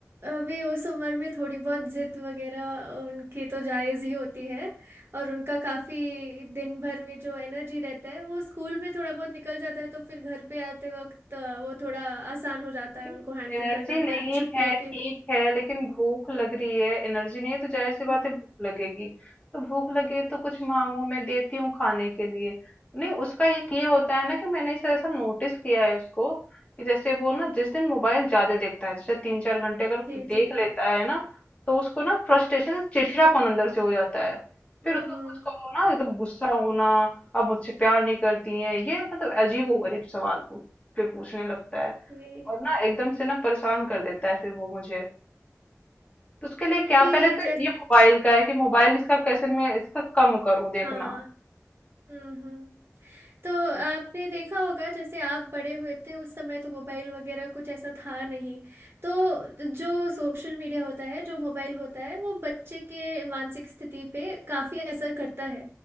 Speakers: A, on the right (about 45°); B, on the left (about 25°).
A: अभी उस उम्र में थोड़ी बहुत जिद वगैरह उनकी तो जायज़ ही होती है और उनका काफ़ी दिन भर में जो एनर्जी रहता है वो स्कूल में थोड़ा बहुत निकल जाता है तो फिर घर पे आते वक्त अ, वो थोड़ा आसान हो जाता है
B: नहीं
A: उनको हैंडल
B: एनर्जी
A: करना
B: नहीं
A: पर छुट्टियों
B: है
A: के
B: ठीक है लेकिन भूख लग रही है एनर्जी नहीं है तो जाहिर सी
A: हम्म,
B: बात है भूख लगेगी तो भूख लगे तो कुछ मांगो मैं देती हूँ खाने के लिए नहीं उसका एक ये होता है ना कि मैंने इसे ऐसा नोटिस किया है उसको कि जैसे वो ना जिस दिन मोबाइल ज्यादा देखता है जैसे तीन चार घंटे अगर
A: जी
B: देख
A: जी
B: लेता है ना तो उसको ना फ्रस्ट्रेशन चिड़चिड़ापन अंदर से हो जाता है फिर
A: हम्म
B: उसको
A: हम्म
B: कुछ कहो ना एकदम गुस्सा होना अब मुझसे प्यार नहीं करती है ये मतलब अजीब गरीब सवाल पूछ फिर पूछने लगता है
A: जी
B: और ना एकदम से ना परेशान कर देता है फिर वो मुझे तो उसके लिए क्या
A: जी,
B: पहले तो ये मोबाइल का है कि मोबाइल इसका कैसे मैं इसका कम करूं देखना
A: हाँ हम्म हम्म तो आपने देखा होगा जैसे आप बड़े हुए थे उस समय तो मोबाइल वगैरह कुछ ऐसा था नहीं तो जो सोशल मीडिया होता है जो मोबाइल होता है वो बच्चे के मानसिक स्थिति पे काफ़ी असर करता है